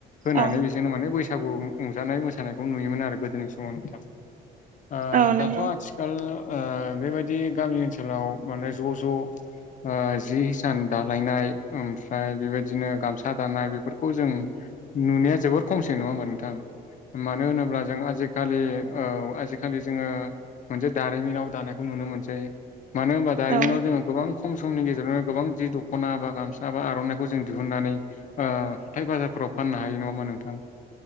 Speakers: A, on the left; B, on the right.
A: होनानै
B: औ
A: बेजोंनो माने बैसागु रंजानाय मोसानायखौ नुयोमोन आरो गोदोनि समाव नोंथां। ओ
B: औ
A: दाथ'
B: नंगौ
A: आथिखाल ओ बेबायदि गामि ओनसोलाव माने ज' ज' ओ जि हिसान दालायनाय ओम- ओमफ्राय बेबायदिनो गामसा दानाय बेफोरखौ जों नुनाया जोबोर खमसै नङा होमबा नोंथां। मानो होनोब्ला जों आजि- खालि औ आजिखालि जोङो मोनसे दारिमिनाव दानायखौ नुनो मोनसै। मानो होनबा दारिमिनाव
B: औ
A: जोङो गोबां ख- खम समनि गेजेरावनो गोबां जि दख'ना बा गामसा बा आर'नाइखौ जों दिहुननानै ओ हाथाय बाजारफोराव- फाननो हायो नङा होनबा नोंथां?